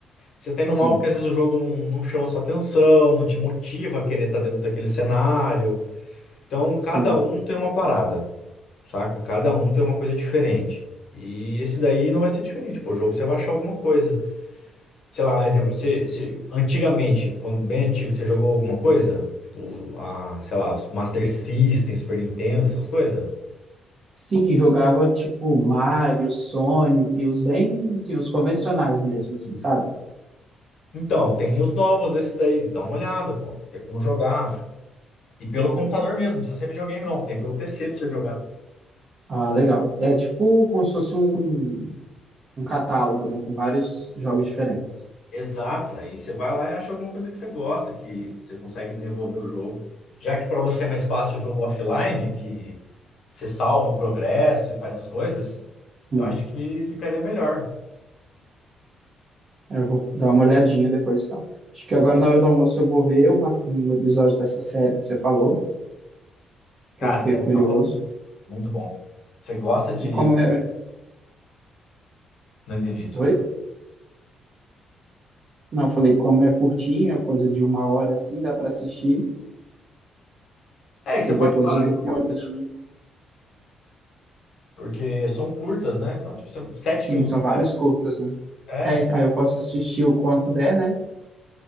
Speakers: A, on the left; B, on the right.
A: Você tá indo
B: Sim,
A: mal porque às vezes o jogo não, não chama sua atenção, não te motiva a querer estar dentro daquele cenário. Então,
B: sim.
A: cada um tem uma parada, saca? Cada um tem uma coisa diferente. E esse daí não vai ser diferente, pô. O jogo você vai achar alguma coisa. Sei lá, exemplo, você, você- antigamente, quando bem antigo, você jogou alguma coisa? Tipo, a, sei lá, Master System, Super Nintendo, essas coisas?
B: Sim, jogava tipo Mario, Sonic, os bem, assim, os convencionais mesmo, assim, sabe?
A: Então, tem os novos desse daí. Dá uma olhada, pô. Tem como jogar. E pelo computador mesmo, não precisa ser videogame, não. Tem pelo PC pra você jogar.
B: Ah, legal. É tipo como se fosse um, um catálogo, né, com vários jogos diferentes.
A: Exato, aí você vai lá e acha alguma coisa que você gosta, que você consegue desenvolver o jogo. Já que para você é mais fácil o jogo offline, que você salva o progresso e faz as coisas,
B: Sim.
A: eu acho que ficaria melhor.
B: Eu vou dar uma olhadinha depois, então. Acho que agora na hora do almoço eu vou ver uma- um episódio dessa série que você falou, que
A: Cara,
B: eu fiquei
A: você- então
B: curioso.
A: é muito bom. Você gosta de.
B: E como é.
A: Não entendi, desculpa.
B: Oi? Não, eu falei, como é curtinho, é coisa de uma hora assim, dá para assistir.
A: É, e você
B: E
A: pode
B: depois
A: parar
B: eu dou
A: em qualquer
B: uma
A: momento,
B: olhadinha.
A: porque são curtas, né? Então, tipo, são sete
B: Sim,
A: minutos.
B: são vários curtas, né?
A: É,
B: É, aí eu posso assistir o quanto der, né?